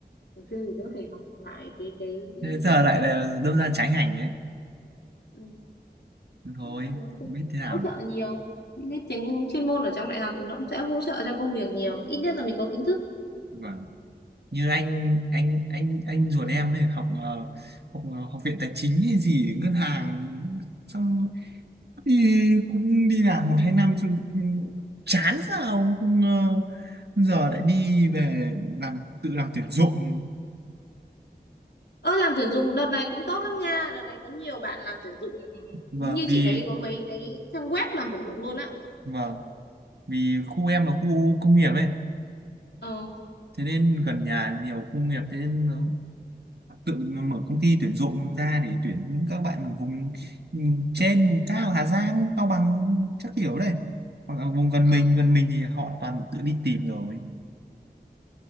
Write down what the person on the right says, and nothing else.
thế giờ
lại là đâm ra trái ngành đấy
thôi
không biết thế nào
được
vâng như anh anh anh anh ruột em ấy học ờ, học ờ, học viện tài chính hay gì ngân hàng xong đi cũng đi làm một hai năm xong chán sao không ờ, giờ lại đi về làm tự làm tuyển dụng
vâng
vì
vâng vì khu em là khu công nghiệp ấy
thế nên gần nhà nhiều khu nghiệp thế nên nó tự nó mở công ty tuyển dụng ra để tuyển những các bạn ở vùng ừ, trên vùng cao Hà Giang Cao Bằng chắc kiểu đây hoặc là vùng gần
mình gần mình thì họ toàn tự đi tìm rồi